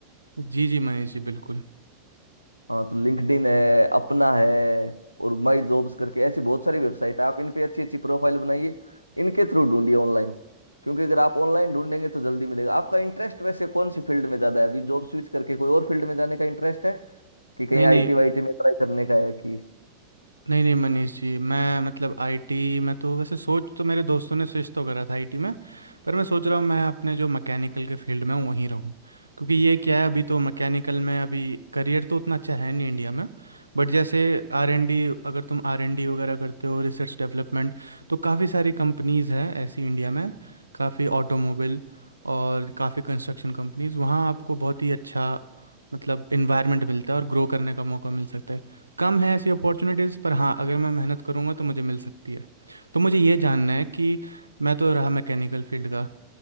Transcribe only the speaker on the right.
जी जी मनीष जी बिल्कुल
नहीं
नहीं
नहीं नहीं मनीष जी मैं मतलब आईटी में तो वैसे सोच तो मेरे दोस्तों ने स्विच तो करा था आईटी में पर मैं सोच रहा हूँ मैं अपने जो मैकेनिकल के फील्ड में हूँ वहीं रहूँ क्योंकि ये क्या है अभी तो मैकेनिकल में अभी करियर तो उतना अच्छा है नहीं इंडिया में बट जैसे आर एन डी अगर तुम आर एन डी वगैरह करते हो रिसर्च डेवलपमेंट तो काफ़ी सारी कंपनीज़ हैं ऐसी इंडिया में काफ़ी ऑटोमोबाइल और काफ़ी कंस्ट्रक्शन कंपनीज़ वहाँ आपको बहुत ही अच्छा मतलब इन्वायरमेंट मिलता है और ग्रो करने का मौका मिल सकता है कम है ऐसी अपॉर्चुनिटीज़ पर हाँ अगर मैं मेहनत करूँगा तो मुझे मिल सकती है तो मुझे ये जानना है कि मैं तो रहा मैकेनिकल फील्ड का